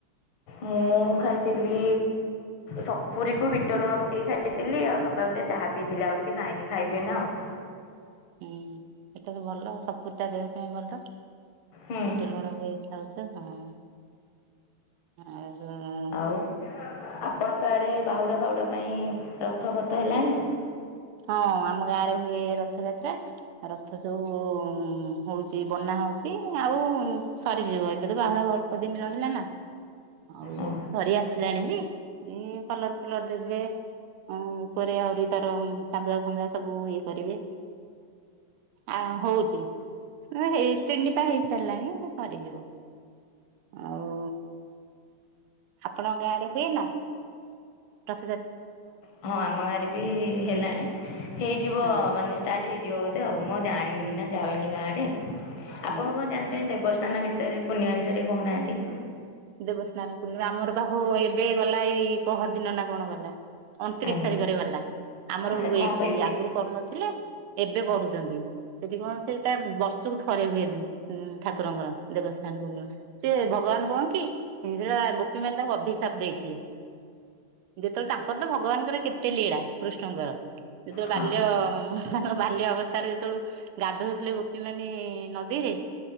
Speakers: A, on the left; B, on the right.
A: ମୁଁ ଖାଇଥିଲି ସପୁରୀ କୁ ବିଟ ଲୁଣ ପକେଇକି ଖାଇଥିଲି ଆଉ ସକାଳୁ ଟିକିଏ ଚାହା ପିଇଥିଲି ଆଉ କିଛି ଖାଇନି, ଖାଇବି ଏଇନା ଆଉ। <inaudible>
B: ହୁଁ ସେଟା ତ ଭଲ ସପୁରୀଟା ଦେହ ପାଇଁ ଭଲ
A: ହୁଁ
B: ବିଟ ଲୁଣ ଗୋଳେଇ ଖାଉ ଆଛା ହଁ, ଓହ
A: ଆଉ ଆପଣଙ୍କ ଆଡେ ବାହୁଡା ଫାଉଡା ପାଇଁ ରଥ ଫଥ ହେଲାଣି?
B: ହଁ ଆମ ଗାଁ ରେ ହୁଏ ର ରଥଯାତ୍ରା, ରଥ ସବୁ ହଉଛି ବନା ହଉଛି ଆଉ ସରିଯିବ ଏବେ ତ ବାହୁଡା ଆଉ ଅଳ୍ପ ଦିନ ରହିଲା ନା, ଆଉ
A: ଆଜ୍ଞା।
B: ସରି ଆସି ଲାଣି ବି, ଏଇ କଲର ଫଲର ଦେବେ ଆ ଉପରେ ଆହୁରି ତାର ଚାନ୍ଦୁଆ ଫାନ୍ଦୁଆ ସବୁ ଇଏ କରିବେ, ଆ ହଉଛି। ହେଇ ତିନି ପା ହେଇ ସାରିଲାଣି, ସରିଯିବ। ଆଉ ଆପଣଙ୍କ ଗାଁ ଆଡେ ହୁଏନା, ର
A: ହଁ ଆମ ଗାଁରେ ବି ହେ ହେଲାଣି ହେଇଯିବ
B: ହଁ
A: ମାନେ ଷ୍ଟାର୍ଟ ହେଇଯିବ ବୋଧେ ଆଉ, ମୁଁ ଆଉ ଜାଣିନି
B: ହୁଁ
A: ନା ଯାଇନି ଗାଁ ଆଡେ।
B: ହୁଁ
A: ଆପଣ କଣ ଜାଣିଛନ୍ତି ଦେବସ୍ନାନ ବିଷୟରେ ପୂର୍ଣ୍ଣିମା ବିଷୟରେ କହୁନାହାନ୍ତି।
B: ଦେବସ୍ନାନ ପୂର୍ଣ୍ଣିମା ଆମର ବା ହୋ ଏବେ ଗଲା ଏଇ ପହର ଦିନ ନା କଣ ଗଲା। ଅଣତିରିଶ
A: ଆଜ୍ଞା।
B: ତାରିଖରେ ଗଲା, ଆମର
A: ସେ
B: ହୁଏ
A: କଣ
B: ଏଠି
A: ପାଇଁ ହୁଏ
B: ଆଗରୁ କରୁନଥିଲେ ଏବେ କରୁଛନ୍ତି। ସେଠି କଣ ସେଟା ବର୍ଷକୁ ଥରେ ହୁଏ, ଠାକୁରଙ୍କର ଦେବସ୍ନାନ ପୂର୍ଣ୍ଣିମା। ସେ ଭଗବାନ କଣ୍ କି ହିଞ୍ଜୁଳା ଗୋପୀ ମାନେ ତାଙ୍କୁ ଅଭି ସାପ ଦେଇଥିଲେ, ଯେତେବେଳେ ତାଙ୍କର ତ ଭଗବାନଙ୍କର କେତେ ଲୀଳା କୃଷ୍ଣଙ୍କର ସେ ଯୋଉ
A: ହଁ
B: ବାଲ୍ୟ ବାଲ୍ୟ ଅବସ୍ଥାରେ ଯେତେବେଳେ ଗାଧୋଉଥିଲେ ଗୋପୀ ମାନେ ନଦୀରେ